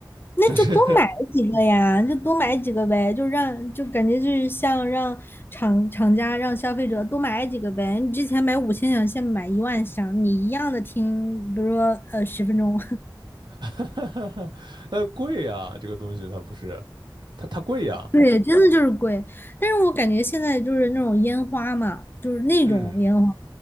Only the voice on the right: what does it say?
就是
<laughs> 呃，贵呀，这个东西它不是，它它贵呀，
嗯。